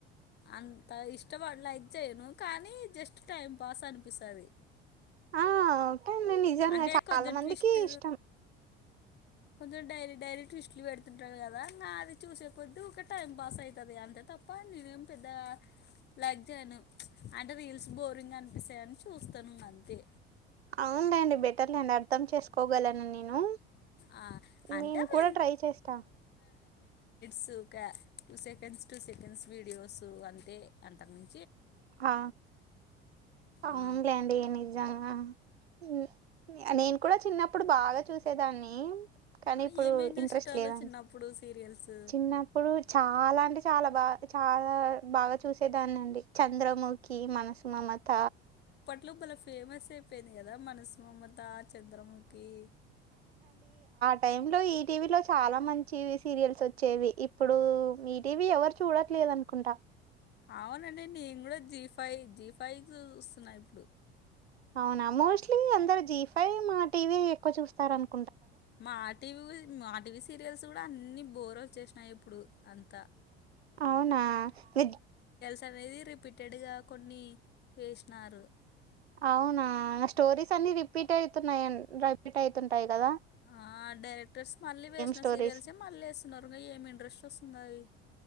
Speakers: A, on the left; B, on the right.
A: ఆ ఇష్టపడి లైక్ చేయను కానీ జస్ట్ టైం పాస్ అనిపిస్తది
B: ఆ ఉంటాండి నిజంగా
A: అంటే
B: చాలా
A: కొంచెం
B: మందికి
A: ట్విస్ట్
B: ఇష్టం
A: కొంచెం డైలీ డైలీ ట్విస్ట్లు పెడుతుంటారు కదా నా అది చూసే కొద్ది ఊకె టైం పాస్ అయితది తప్ప నేనేం పెద్ద లైక్ చేయను అంటే రీల్స్ బోరింగ్ అనిపిస్తాయని చూస్తను అంతే
B: అవునులేండి బెటర్లేండి అర్థం చేసుకోగలను నేను,
A: ఆ అంటే
B: నేను
A: అవి
B: కూడా ట్రై చేస్తా
A: సూకా two seconds two seconds videos అంతే అంతక్ మిం
B: ఆ
A: ఆ
B: ఔన్లేండి నీ గానా ఉమ్ ఇంగ్య నేన్ కూడా చిన్నప్పుడు బాగా చూసేదాన్ని కానీ
A: ఆ,
B: ఇప్పుడు
A: ఏమేం చూసేటోళ్ళు
B: ఇంట్రెస్ట్ లేదన్
A: చిన్నప్పుడు సీరియల్స్
B: చిన్నప్పుడు చాలా అంటే చాలా బా చాలా బాగా చూసేదానండి చంద్రముఖి మనసుమమత
A: లోపల ఫేమస్ ఐపెంద్ గదా మనసు మమతార్ చంద్రముఖి
B: టైం లో ఈటీవీ లో చాలా మంచి సీరియల్స్ వచ్చేవి ఇప్పుడు మీటీవీ ఎవ్వర్ చూడట్లే లేదనుకుంటా
A: ఔనండి నేన్ గూడా జీ ఫై జీ ఫై జూస్తున్నా ఇప్పుడు
B: ఔనా మోస్ల్టీ అందరు జీ ఫై మా టీవీ ఎక్కు చూస్తరన్
A: మా టీవీ వివ్ మా టీవీ సీరియల్స్ గూడా అన్ని బోరోచ్చేసినైయ్ ఇప్పుడు అంతా
B: ఔనా వెజ్
A: కనేది రిపీటెడు గా కొన్ని వేశ్ నారు
B: ఔనా స్టోరీస్ అన్ని రిపీట్ ఐతున్నాయన్ రైపీటైతుంటాయి గదా
A: ఆ డైరెక్టర్స్ మళ్ళీ వేసిన
B: స్టోరీస్.
A: సీరియల్సే మళ్ళేస్తున్నరు ఇగ ఏమ్ ఇంట్రెస్ట్ వోస్తునది